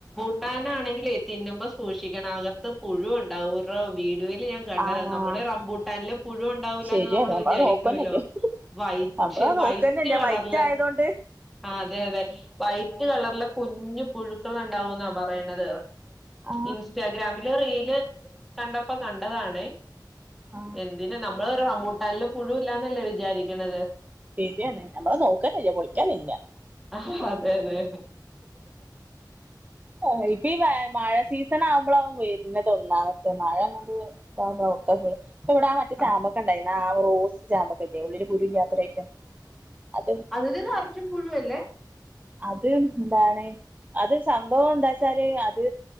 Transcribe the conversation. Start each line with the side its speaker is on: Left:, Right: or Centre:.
Centre: റമ്പൂട്ടാനാണെങ്കിലേ തിന്നുമ്പോ സൂക്ഷിക്കണം അകത്ത് പുഴു ഉണ്ടാവും ഓരോ വീഡിയോയില് ഞാ കണ്ടതാ
Right: ആഹ്
Centre: നമ്മള് റമ്പൂട്ടാനില് പുഴു ഉണ്ടാവൂലാന്ന്
Right: ശരിയാണ്
Centre: നമ്മള് വിചാരിക്കൂല്ലോ
Right: നോക്കന്നെല്ലേ
Centre: വൈറ്റ്
Right: നമ്മള്
Centre: വൈറ്റ്
Right: നോക്കന്നല്ല
Centre: കളറില്
Right: വൈറ്റ് ആയതൊണ്ട്
Centre: ആഹ് അതെയതെ വൈറ്റ് കളറില് കുഞ്ഞ് പുഴുക്കളുണ്ടാവൂന്നാ പറയണത്
Right: ആ
Centre: ഇൻസ്റ്റാഗ്രാമില് റീല് കണ്ടപ്പോ കണ്ടതാണെ
Right: ആ
Centre: എന്തിന് നമ്മള് റമ്പൂട്ടാനില് പുഴു ഇല്ലാന്നല്ലേ വിചാരിക്കണത്
Right: ശെരിയാണ് നമ്മള് നോക്കാന്യല്ല പൊളിക്കാ തിന്നാ
Centre: ആഹ് അതെയതെ
Right: ആഹ് ഇപ്പീ മഴ സീസണാവുമ്പളാവും വെര്ണതൊന്നാമത് മഴ അങ്ങ <unintelligible> ഇപ്പം ഇവടെ ആഹ് മറ്റെ
Centre: ആ
Right: ചാമ്പക്കയുണ്ടായ്നു ആഹ് റോസ് ചാമ്പക്കല്ലെ ഉള്ളില് കുരുവില്ലാത്തൊരയ്റ്റം അത്
Centre: ഇത് നെറച്ചും പുഴുവല്ലേ
Right: അത് എന്താണ് അത് സംഭവം എന്താച്ചാല് അത്